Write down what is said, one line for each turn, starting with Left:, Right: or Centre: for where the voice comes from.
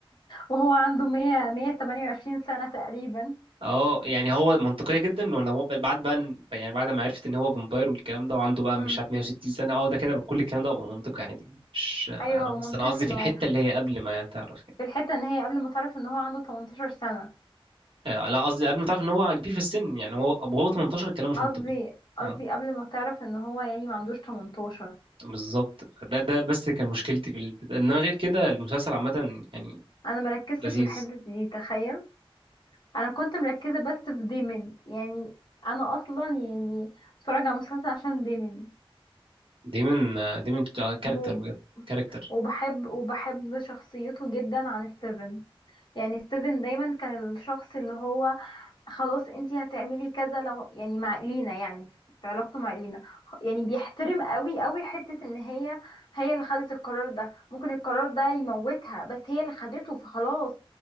Left: وهو عنده 100 128 سنة تقريبا
Right: اه يعني هو منطقية جدا ولا هو بعد بقى إن- يعني بعد ما عرفت ان هو فامباير والكلام ده وعنده بقى
Left: مم.
Right: مش عارف 160 سنة اه ده كده كل الكلام ده بقى منطقي عادي مش انا
Left: ايوه هو منطقي
Right: بس انا قصدي في
Left: ما
Right: الحتة
Left: هو
Right: اللي هي قبل ما تعرف
Left: في الحتة ان هي قبل ما تعرف ان هو عنده 18 سنة
Right: آه، لا قصدي قبل ما تعرف ان هو كبير في السن يعني هو وهو 18 الكلام مش
Left: قصدي
Right: منطقي
Left: قصدي
Right: اه
Left: قبل ما تعرف ان هو يعني ما عندوش 18
Right: بالظبط ده ده بس كان مشكلتي في ال... انما غير كده المسلسل عامة يعني
Left: انا مركزتش
Right: لذيذ
Left: في الحتة دي تخيل انا كنت مركزة بس في ديمن يعني انا اصلا يعني بتفرج على مسلسل عشان ديمن
Right: دايما آه، دايما كاركتر
Left: موم
Right: بجد كاركتر
Left: وبحب وبحب شخصيته جدا عن السيفن يعني ستيفن دايما كان الشخص اللي هو خلاص انتي هتعملي كذا لو يعني مع إلينا يعني في علاقته مع إلينا يعني بيحترم قوي قوي حتة ان هي هي اللي خدت القرار ده ممكن القرار ده يموتها بس هي اللي خدته فخلاص